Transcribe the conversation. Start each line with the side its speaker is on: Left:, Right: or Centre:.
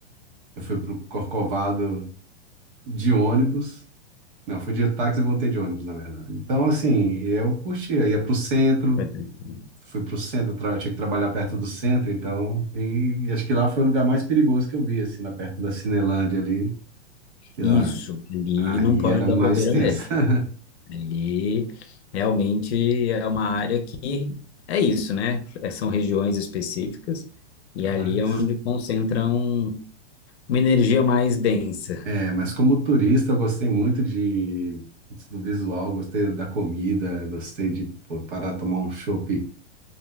Right: eu fui pro Corcovado de ônibus Não, fui de táxi e voltei de ônibus, na verdade. Então, assim, eu curtia. Ia pro centro,
Left: Vai ter- tudo.
Right: fui pro centro, tra- eu tinha que trabalhar perto do centro, então. E, e acho que lá foi o lugar mais perigoso que eu vi, assim, lá perto da Cinelândia ali, que
Left: Isso,
Right: lá.
Left: ali
Right: Aí
Left: não pode
Right: era
Left: dar
Right: mais
Left: bobeira
Right: tenso.
Left: mesmo.
Right: <laughs>
Left: Ali realmente é uma área que é isso, né? É, São regiões específicas e ali
Right: Mas,
Left: é onde concentram uma energia mais densa.
Right: é, mas como turista, eu gostei muito de, do visual, gostei da comida, gostei de pô, parar tomar um chopp